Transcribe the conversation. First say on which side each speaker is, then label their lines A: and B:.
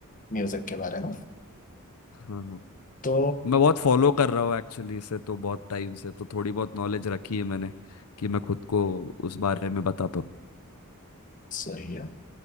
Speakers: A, on the left (about 35°); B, on the left (about 85°).
A: म्यूजिक के बारे में
B: हाँ
A: तो
B: मैं बहुत फॉलो कर रहा हूँ एक्चुअली इसे तो बहुत टाइम से तो थोड़ी बहुत नॉलेज रखी है मैंने कि मैं खुद को उस बारे में बता पाऊँ
A: सही है